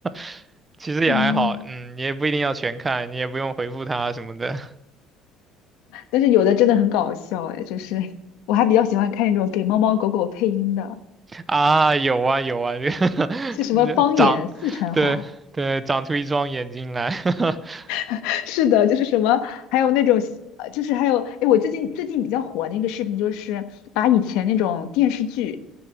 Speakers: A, on the right; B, on the left.
A: <laughs> 其实也还好，
B: 嗯，
A: 嗯，你也不一定要全看，你也不用回复他什么的
B: 但是有的真的很搞笑哎，就是我还比较喜欢看那种给猫猫狗狗配音的，
A: <laughs> 啊。有啊，有啊，这个
B: 是什么方言四川话？
A: <laughs> 长，对对，长出一双眼睛来。<laughs>
B: <laughs> 是的，就是什么，还有那种呃就是还有哎，我最近最近比较火那个视频，就是把以前那种电视剧，